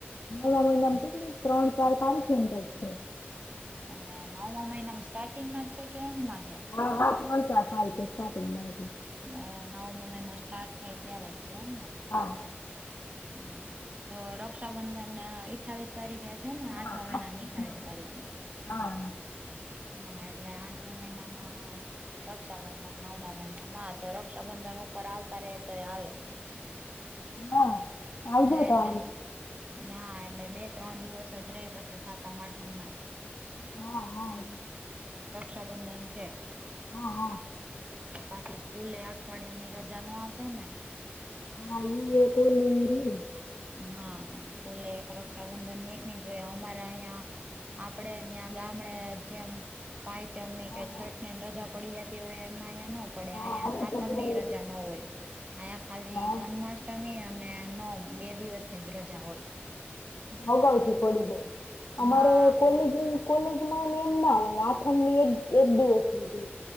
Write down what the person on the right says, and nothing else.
હા
અલ્લે નવ અમ નમ સ્ટાર્ટિંગમાંચે કે એન્ડ મામાંચે
એ નવમ મહિનો સ્ટાર્ટ થાય ત્યારે જ છે, એમ ને?
હમ્મ, તો રક્ષાબંધન અઠાવીસ તારીખે છે ને, આઠમાં
મહિના
અઠાવીસ
તારીખે
હા, એલે આટપમે નામાં રક્ષાબંધન નવમા મહિના માં તો રક્ષાબંધન ઉપર આવતા રે તો એ હાલે.
હા, એટલે
ના એટલે બે ત્રણ દિવસ જ ર પછી સાતમ-આઠમ ના.
પ્રાબંધન છે.
પાછી સ્કૂલે અઠવાડિયાની રજા આપે ને.
હા, સ્કૂલે રક્ષાબંધન એક નહીં, જોઈ અમારા અહિયાં. આપડે ત્યાં ગામડે જેમ. પાંચમની
કે
છઠ, ને રજા પડી જતી હોય, એમાંયા પડ
અહીંયા સાતમ
ની
રજા ન હોય, અહીયા ખાલી
જન્માષ્ટમી અને ન બે દિવસ ને જ રજા હોય.
હા.